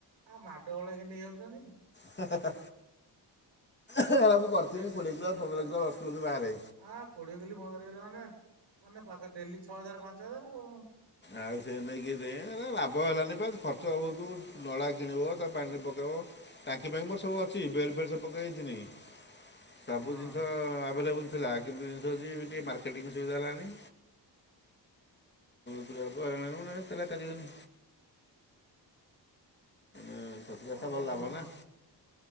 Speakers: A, on the right; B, on the left.
A: ଆ ମାଡ ଗୋଳ ହେଇକି ନେଇ ଯାଉଛନ୍ତି।
B: ହା ହା ହା ମୁଁ
A: କେତେ
B: କରିଥିଲି କୋଡିଏ କିଲ ପନ୍ଦର କିଲ ଦଶ କିଲ ବାହାରେ।
A: ଆ କୋଡିଏ କିଲ ପନ୍ଦର କିଲୋ ମାନେ। ମାନେ ପାଖେ ଡେଲି ଛଅ ହଜାର ପାଞ୍ଚ ହଜାର ଆଉ।
B: ଆଉ ସେ ନେଇକି ଦେ ଲାଭ ହେଲାନି ବା ଖର୍ଚ୍ଚ ବହୁତ। ନଡ଼ା କିଣିବ ତାକୁ ପାଣିରେ ପକେଇବ। ଟାଙ୍କି ଫାଙ୍କି ମୋର ସବୁ ଅଛି। ବେଡ୍ ଫେଡ୍ ସବୁ ପକେଇ ଦେଇଥିନି। ସବୁ
A: ଆଉ
B: ଜିନିଷ ଆଭେଲେବୁଲ୍ ଥିଲା। କିନ୍ତୁ ଜିନିଷ ହଉଛି ଟିକେ ମାର୍କେଟିଂ ସୁବିଧା ହେଲାନି। ଯୋଗକୁ ହଇରାଣ ସେରା କରିବିନି। ଏ ଛତୁ
A: କଣ
B: ଚାଷ ଭଲ
A: କରିବ
B: ଲାଭ
A: କଣ
B: ନା।